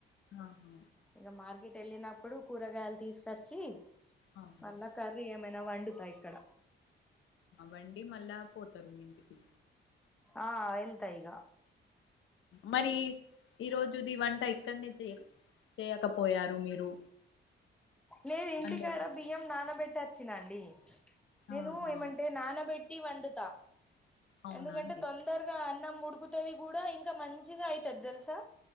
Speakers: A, on the left; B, in the centre.
A: ఆహా
B: ఇక మార్కెట్ వెళ్ళినప్పుడు కూరగాయలు తీసుకచ్చి
A: అవును
B: మళ్ల కర్రీ వండుతా ఇక్కడ
A: వండి మళ్ళా పోతారు ఇంటికి
B: ఆ వెళ్తా ఇగ
A: మరి ఈ రోజుది వంట ఇక్కడనే చే చేయకపోయారు మీరు
B: లేదు ఇంటికాడ
A: అందరికి
B: బియ్యం నానబెట్టి వచ్చినండి నేను
A: ఆహా
B: ఏమంటే నానబెట్టి ట్టి వండుతాఎందుకంటే
A: అవునా అండి
B: తొందరగా అన్నం ఉడుకుతుది కూడా ఇంకా మంచిగా అయితది తెలుసా